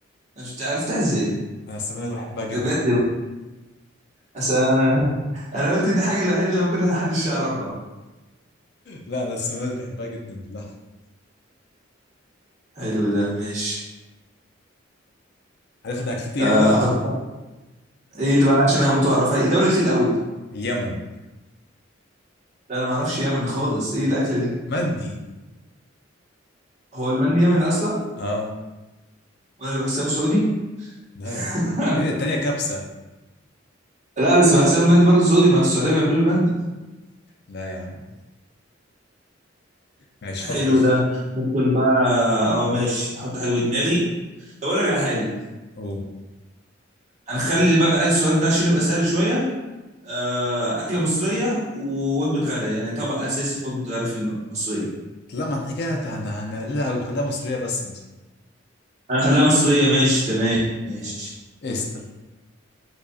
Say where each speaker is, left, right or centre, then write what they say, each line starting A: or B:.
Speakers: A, on the right; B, on the left.
A: أنا مش عرفتها ازاي
B: انا السبانخ بحبها جدا
A: ده بجد بقى. أصل انا أنا قلت دي الحاجه الوحيده اللي ممكن محدش يعرفها
B: لا انا السبانخ بحبها جدا باللحمه
A: حلو ده ماشي
B: عارف انا اكلتي
A: آه،
B: ايه بقى
A: احط ايه ده بقى عشان انا هموت واعرفها ايه دولة ايه الاول
B: اليمن
A: ده انا ما اعرفش يمن خالص ايه الاكله دي
B: مندي
A: هو المندي يمني اصلا
B: اه
A: وانا اللي بحسبه سعودي
B: لا
A: <laughs>
B: يا عم التانية التانية كبسه
A: لا بس بحسب المندي برضه سعودي ما في السعوديه بيعملوا المندي
B: لا يا عم ماشي
A: حلو
B: حط في
A: ده ممكن بقى اه ماشي احط حاجه في دماغي طب اقول لك على حاجه
B: قول
A: هنخلي بقى السؤال ده عشان يبقى سهل شويه آه، اكله مصريه ووجبه غدا يعني طبق اساسي في وجبه غدا في المصريه
B: لا ما احنا كده هت- هن- هنقللها قوي خليها مصريه بس مثلا
A: هنخليها مصريه ماشي تمام ماشي
B: ماشي اسال